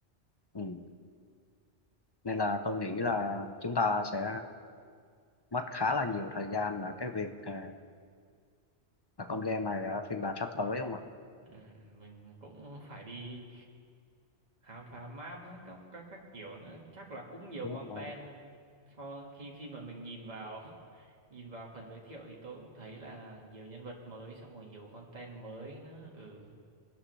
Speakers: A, on the left; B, on the right.
A: Ừ. Nên là tôi nghĩ là chúng ta sẽ mất khá là nhiều thời gian là cái việc à, là con game này ở phiên bản sắp tới không ạ?
B: Ừ, mình cũng phải đi khám phá map các các các kiểu nữa, chắc là cũng nhiều
A: Đúng
B: content
A: không?
B: sau khi khi mà mình nhìn vào <laughs> nhìn vào phần giới thiệu thì tôi cũng thấy là nhiều nhân vật mới xong rồi nhiều content mới nữa. Ừ,